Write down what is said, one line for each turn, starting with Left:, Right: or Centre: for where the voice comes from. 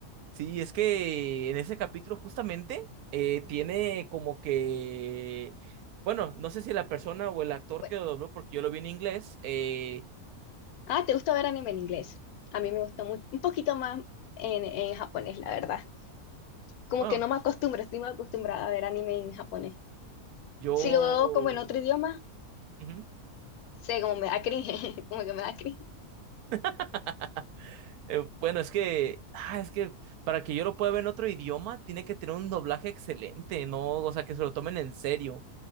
Right: Sí, es que en ese capítulo justamente eh, tiene como que, bueno, no sé si la persona o el actor
Left: Bueno.
Right: que lo dobló, porque yo lo vi en inglés, eh,
Left: Ah, ¿te gusta ver anime en inglés? A mí me gusta mu- un poquito más en, en japonés, la verdad. Como
Right: bueno,
Left: que no me acostumbro, estoy más acostumbrada a ver anime en japonés.
Right: yo...
Left: Si lo veo como en otro idioma.
Right: Ujú.
Left: sé, como me da cringe, <laughs> como que me da cringe.
Right: <laughs> Eh, bueno, es que, ah, es que para que yo lo pueda ver en otro idioma, tiene que tener un doblaje excelente, ¿no? O sea, que se lo tomen en serio.